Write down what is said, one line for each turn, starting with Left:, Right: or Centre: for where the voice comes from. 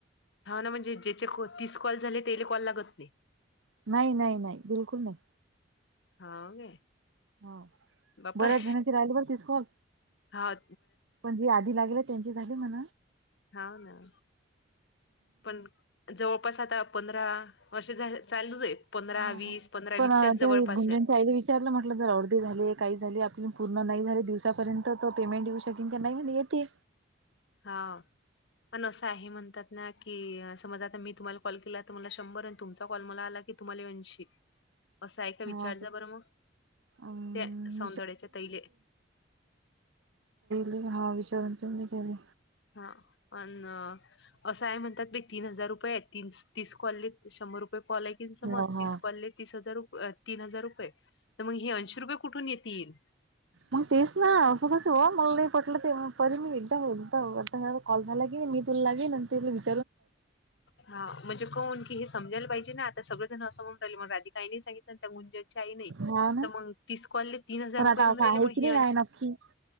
Left: हा ना म्हणजे ज्याचे तीस कॉल झाले तेले कॉल लागत नाही
Right: नाही नाही नाही बिलकुल नाही
Left: हाव काय
Right: हा
Left: बापरे!
Right: बऱ्याच जण्याची राहिल बर तिस कॉल
Left: हाव
Right: पण जे आधी लागेल त्यांचे झाले म्ह
Left: हा ना पण जवळपास आता पंधरा असे चालूच आहे पंधरा
Right: ह
Left: वीस पंधरा
Right: पण
Left: वीसच्याच जवळपास
Right: त्या गुंजांच्या
Left: आहे
Right: आईला विचारलं म्हटलं जर अर्धे झाले काही झाली पूर्ण नाही झाले दिवसापर्यंत त पेमेंट येऊ शकेन की नाही म्ह येते
Left: हा पण असं आहे म्हणतात ना की समज आता मी तुम्हाला कॉल केला तर मला शंभर आणि तुमचा कॉल मला आला हे तुम्हाला वंशी असं आहे का विचार
Right: हा
Left: जा बरं मग
Right: अम
Left: त्या सौंदड्याच्या तैले
Right: ल हा विचारून पी केले
Left: हा पण असं का म्हणतात तीन हजार रुपये ती तीस कॉलली शंभर रुपय कॉल कि समज
Right: हो हो
Left: कॉले तीस हजार तीन हजार रुपये तर मग हे ऐंशी रुपये कुठून येतील
Right: मग तेस ना असं कसं व मला नाही पटलं ते परी मी एकदा एकदाता कॉल झाला की मी तुला लागे त
Left: हा म्हणजे कोण कि हे समजायला पाहिजे ना आता सगळं ं म्हण राहिगधी का नाही सांगित गुंज नाही
Right: हा ना
Left: तर मग तीसकल तीन हजार
Right: पण आता
Left: रुपये येऊन
Right: असं
Left: राहिले
Right: आहे
Left: मग
Right: की
Left: हे
Right: नाही
Left: अंश
Right: आहे नक्की